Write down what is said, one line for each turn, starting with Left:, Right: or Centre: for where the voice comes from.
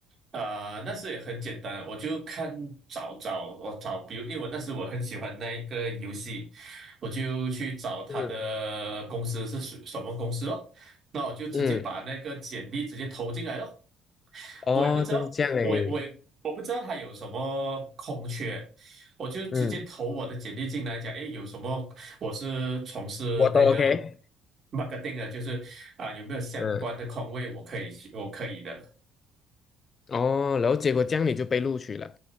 Right: 呃那时也很简单，我就看找找我找，比如因为我那时我很喜欢那一个游戏，我就去找他的公司是属什么公司咯，
Left: 嗯
Right: 那我就直接把那个简历直接投进来咯。
Left: 嗯，哦，
Right: 我也不知道，
Left: 就是这样诶，
Right: 我也我也我不知道他有什么空缺，我就直接投我的简历进来讲，
Left: 嗯，
Right: 哎，有什么？我是从事那个
Left: 我都 OK，
Right: marketing 的，就是啊，有没有相关的空位我可以去，
Left: 嗯。
Right: 我可以的。
Left: 哦，然后结果这样你就被录取了。